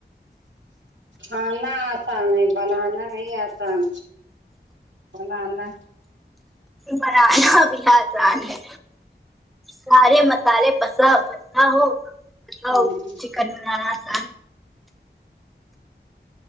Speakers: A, on the right; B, in the centre.
A: کھانا آسان ہے بنانا نہیں آسان بنا نہ
B: بنانا بھی اسان ہے سارے مسا لے بسا بسا ہو سب ک
A: مسالہ
B: ا چکن بنانا تھا